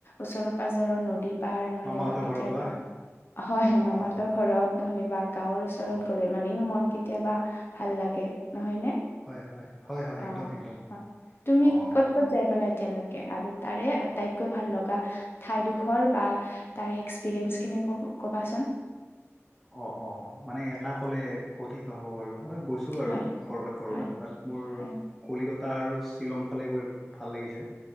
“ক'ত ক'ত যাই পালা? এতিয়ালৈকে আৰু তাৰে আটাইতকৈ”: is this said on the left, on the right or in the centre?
Left